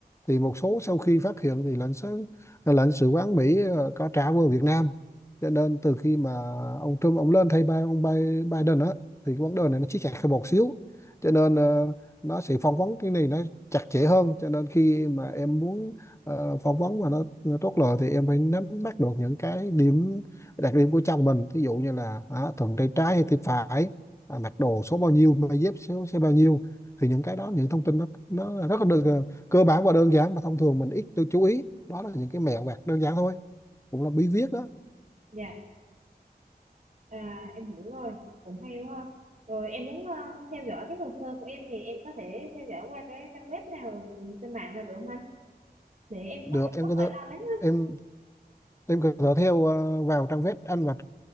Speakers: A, on the left (about 15°); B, on the right (about 50°).
A: thì một số sau khi phát hiện thì lãnh sứ lãnh sự quán Mỹ ờ, có trả về Việt Nam cho nên từ khi mà ông Trump ông lên thay ba ông Bi- Biden á thì cái vấn đề này nó siết chặt hơn một xíu cho nên ờ, nó sẽ phỏng vấn cái này nó chặt chẽ hơn cho nên khi mà em muốn ờ, phỏng vấn mà nó, nó tốt lời thì em phải nắm bắt được những cái điểm đặc điểm của chồng mình ví dụ như là à, thuận tay trái hay tay phải à, mặc đồ số bao nhiêu giày dép số số bao nhiêu thì những cái đó những thông tin nó nó rất là được ờ, cơ bản và đơn giản mà thông thường mình ít tôi chú ý đó là những cái mẹo vặt đơn giản thôi cũng là bí viết đó
B: Dạ, à, em hiểu rồi. Cũng hay đúng không? Rồi em muốn ờ, theo dõi cái hồ sơ của em thì em có thể theo dõi qua cái trang web nào trên mạng nào được không anh? Để em
A: được
B: phải
A: em
B: không
A: có
B: phải
A: thể
B: lo lắng. hết.
A: em em có thể theo ờ, vào trang web anh và